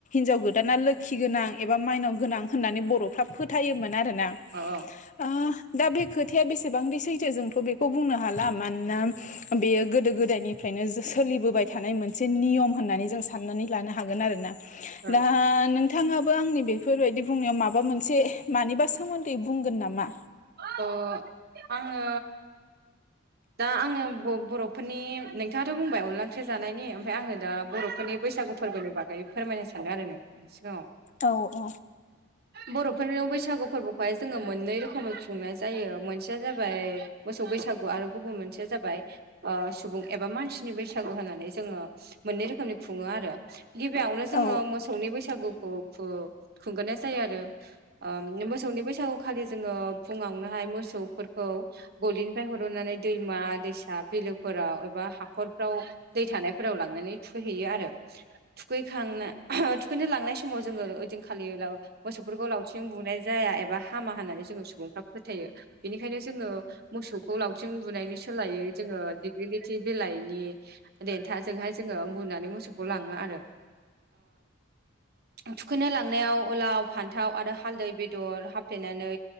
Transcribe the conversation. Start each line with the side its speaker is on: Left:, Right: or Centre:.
Left: हिनजाव गोदाना लोखि गोनां एबा माइनाव गोनां होननानै बर'फ्रा फोथायोमोन आरोन ना
Right: औ
Left: ओ दा बे खोथाया बेसेबांदि सैथो जोंथ' बेखौ बुंनो हाला मानोना बेयो गोदो गोदोनिफ्रायनो सोलिबोबाय थानाय मोनसे नियम होननानै जों साननानै लानो हागोन आरो ना दा
Right: औ
Left: नों नोंथाङाबो आंनि बेफोरबायदि बुंनायाव माबा मोनसे मानिबा सोमोन्दै बुंगोन नामा?
Right: अ आङो दा आङो बर'फोरनि नोंथाङाथ' बुंबाय अनला ओंख्रिआ जानायनि ओमफ्राय आङो दा बर'फोरनि बैसागु फोरबोनि बागै फोरमायनो सानो आरो नों सिगाङाव
Left: औ औ
Right: बर'फोरनि बैसागु फोरबोखौहाय जोङो मोननै रोखोमै खुंनाय जायो मोनसेया जाबाय मोसौ बैसागु आरो गुबुन मोनसेया जाबाय सुबुं एबा मानसिनि बैसागु होनानै जोङो मोननै रोखोमनि खुङो आरो गिबियावनो जोङो
Left: औ
Right: मोसौनि बैसागुखौ फु खुंगोनाय जायो आरो ओ मोसौनि बैसागु खालि जोङो फुङावनोहाय मोसौफोरखौ गलिनिफ्राय हरननानै दैमा दैसा बिलोफोराव एबा हाखराव दै थानायफोराव लांनानै थुखै हैयो आरो थुखै खांना थु लांनाय समाव जोङो ओदिनखालि मोसौफोरखौ लावथिंजों बुनाय जाया एबा हामा होननानै जोङो सुबुं फोरा फोथायो बेनिखायनो जोङो मोसौखौ लावथिं बुनायनि सोलायै जोङो दिगलिथि बिलाइनि देथाजोंहाय जोङो बुनानै मोसौखौ लाङो आरो थुखैनो लांनायाव लाव फान्थाव आरो हालदै बेदर हाफ्लेनानै